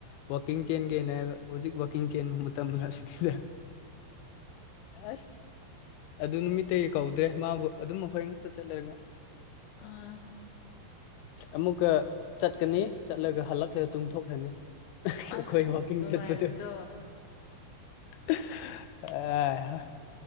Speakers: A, on the left (about 90°); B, on the left (about 70°).
A: ꯋꯥꯛꯀꯤꯡ ꯆꯦꯟꯒꯦꯅꯦ ꯍꯥꯏꯕ ꯍꯧꯖꯤꯛ ꯋꯥꯛꯀꯤꯡ ꯆꯦꯟ ꯃꯇꯝ ꯑꯁꯤꯅꯤꯗ ꯑꯁ ꯑꯗꯨ ꯅꯨꯃꯤꯠꯇꯒꯤ ꯀꯧꯗ꯭ꯔꯦ ꯃꯥꯕꯨ ꯑꯗꯨꯝ ꯑꯩꯈꯣꯏ ꯉꯥꯛꯛꯇ ꯆꯠꯂ ꯅꯨꯉꯥꯏ
B: ꯑꯥ
A: ꯑꯃꯨꯛꯀ ꯆꯠꯀꯅꯤ ꯆꯠꯂꯒ ꯍꯜꯂꯛꯈꯒ ꯇꯨꯡꯊꯣꯛꯈ꯭ꯔꯅꯤ ꯑꯩꯈꯣꯏ
B: ꯑꯁ
A: ꯋꯀꯤꯡ
B: ꯅꯨꯡꯉꯥꯏꯕꯗꯣ
A: ꯆꯠꯄꯗꯨ ꯑꯍꯥ